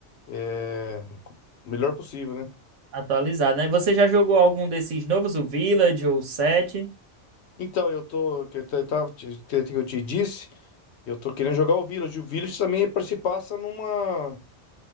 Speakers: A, on the left (about 65°); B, on the right (about 75°).
A: é, melhor possível, né?
B: Atualizado, né? Você já jogou algum desses novos, o Village ou o 7?
A: Então, eu tô, que eu te- tava, te- que que eu te disse, eu tô querendo jogar o Village. O Village também par- se passa numa,